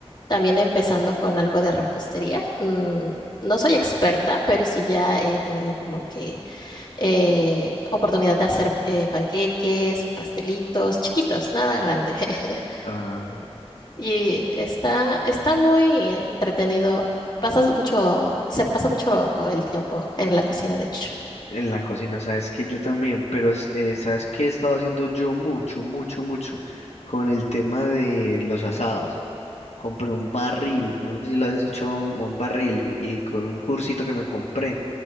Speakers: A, on the left; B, on the left.
A: también empezando con algo de repostería. Mm, no soy experta, pero sí ya he tenido como que eh, oportunidad de hacer eh, panqueques, pastelitos, chiquitos, nada grande. <laughs>
B: Ah,
A: Y está, está muy entretenido. Pasas mucho, se pasa mucho el tiempo en la cocina, de hecho.
B: en la cocina, sabes que yo también, pero es- eh, sabes que he estado haciendo yo mucho, mucho, mucho con el tema de los asados. compré un barril, no sé si lo has escuchado, un, un barril, y, y con un cursito que me compré,